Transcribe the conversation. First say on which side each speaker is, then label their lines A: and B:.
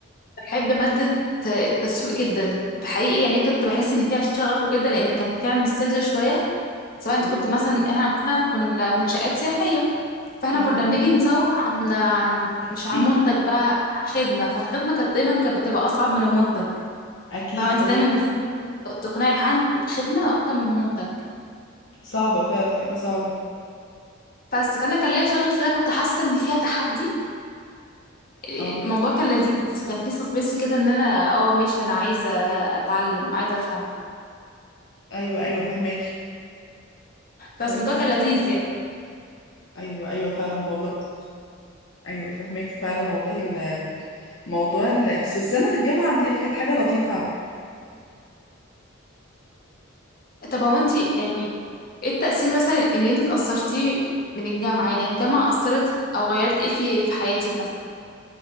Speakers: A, on the left; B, on the left.
A: بحب مادة التسويق جدا بحقيقي يعني كنت بحس ان فيها شغف وكده لان كان فيها من السيلز شوية سواء انت
B: أيوة.
A: كنت مثلا احنا مثلا كنا منشآت سياحية فاحنا
B: فاهمة
A: كنا بنيجي نسوق عن عن مش
B: <clears throat>
A: عن منتج بقى عن خدمة فالخدمة كانت دايما كانت بتبقى أصعب من المنتج
B: أكيد
A: فاهمة انت
B: أيوة
A: دايما صعب تقنعي حد بخدمة أكتر من منتج
B: صعبة فعلا حاجة صعبة
A: بس فأنا كان ليا شغف لأن أنا كنت حاسة إن فيها تحدي الموضوع
B: اه
A: كان لذيذ كان فيه سسبنس كده إن أنا اه ماشي أنا عايزة أتعلم عايزة أفهم
B: ايوه ايوه فهماكي
A: بس
B: فاهمة.
A: الموضوع كان لذيذ يعني.
B: ايوه ايوه فعلا والله ايوه فهماكي فعلا والله الموضوع ال... بس بس سنه الجامعه متهيألي كانت حاجه لطيفه عم-
A: طب هو انت يعني ايه التأثير مثلا اللي انت اتأثرتيه من الجامعة يعني الجامعة أثرت أو غيرت ايه في في حياتك مثلا